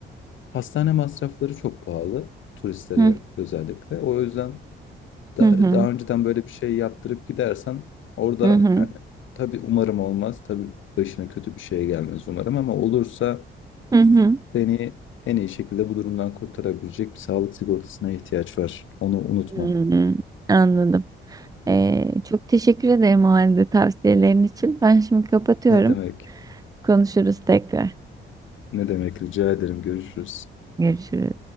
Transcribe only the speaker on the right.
hı
hı hı hı
hı
hı hı.
Hı. hı. Anladım. Ee, çok teşekkür ederim o halde tavsiyelerin için. Ben şimdi kapatıyorum.
Konuşuruz tekrar.
Görüşürüz.